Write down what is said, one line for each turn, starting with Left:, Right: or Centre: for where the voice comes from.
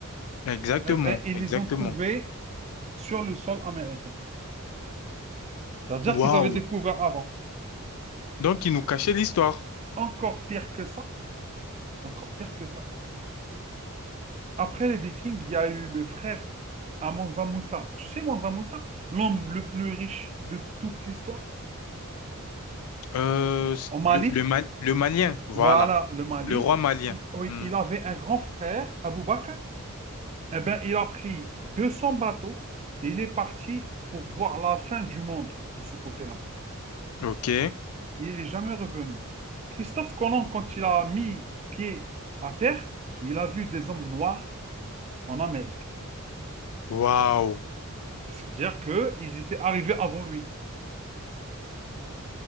Left: Exactement,
Right: Eh bien, ils
Left: exactement.
Right: les ont trouvées sur le sol américain. C'est-à-dire
Left: Waouh.
Right: qu'ils avaient découvert avant.
Left: Donc, il nous cachait l'histoire.
Right: Encore pire que ça, encore pire que ça. Après les Vikings, il y a eu le frère à Mansa Moussa. Tu sais, Mansa Moussa, l'homme le plus riche de toute l'histoire,
Left: Euh,
Right: au Mali,
Left: le, le, Ma- le Malien, voilà.
Right: Voilà, le Mali.
Left: Le roi malien.
Right: Il- Oui,
Left: Hmm.
Right: il avait un grand frère, Abou Bakr. Eh bien, il a pris 200 bateaux et il est parti pour voir la fin du monde de ce côté-là.
Left: Ok.
Right: Il n'est jamais revenu. Christophe Colomb, quand il a mis pied à terre, il a vu des hommes noirs en Amérique.
Left: Waouh.
Right: Et ça veut dire qu'ils étaient arrivés avant lui.